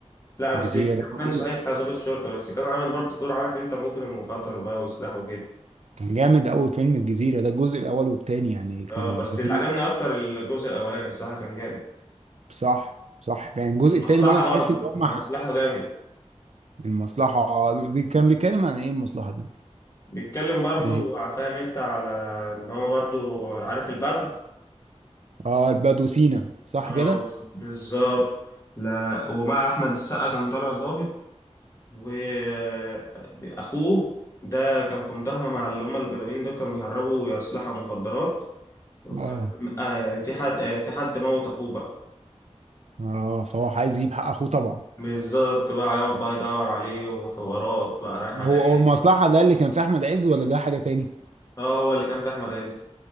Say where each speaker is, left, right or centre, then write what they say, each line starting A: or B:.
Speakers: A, on the left; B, on the right.
A: لا بس
B: الجزيره ده خطير
A: كان صحيح ضابط شرطة بس كان عامل برضه دور عارف انت مجرم وخطر بقى وسلاح وكده
B: كان جامد قوي فيلم الجزيره ده الجزء الاول والتاني يعني كان
A: اه بس
B: خطير
A: اللي عجبني اكتر الجزء الاولاني الصراحة كان جامد
B: صح صح يعني الجزء
A: والمصلحة
B: التاني برضه تحس
A: برضه
B: ان هم
A: المصلحة جامد
B: المصلحه كان بيتكلم عن ايه المصلحه ده
A: بيتكلم برضه
B: يعني
A: فاهم انت على ان هو برضه عارف البدو
B: اه البدو سينا صح
A: اه
B: كده
A: بالظبط لا ومع احمد السقا كان طالع ظابط واخوه ده كان في مداهمه مع اللي هم البدوين دول كانوا بيهربوا اسلحه ومخدرات
B: اه
A: ف... آه، في حد آه، في حد موت اخوه بقى
B: اه فهو عايز يجيب حق اخوه طبعا
A: بالظبط بقى يقعد بقى يدور عليه وحوارات بقى رايحه
B: هو
A: جايه
B: هو المصلحه ده اللي كان في احمد عز ولا ده حاجه تاني
A: اه هو اللي كان في احمد عز